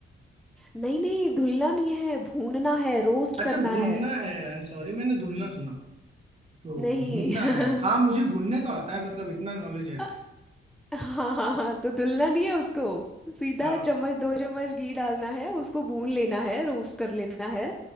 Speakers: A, in the centre; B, on the right.
A: नहीं नहीं धुलना नहीं है भूनना है रोस्ट
B: अच्छा
A: करना
B: भूनना
A: है
B: है आई एम सॉरी मैंने धुलना सुना तो
A: नहीं
B: भूनना
A: <laughs>
B: है हाँ मुझे भूनने तो आता है मतलब इतना नॉलेज है
A: अ- हाँ हाँ हाँ तो धुलना नहीं है उसको सीधा
B: हाँ
A: चम्मच दो चम्मच घी डालना है उसको भून लेना है रोस्ट कर लेना है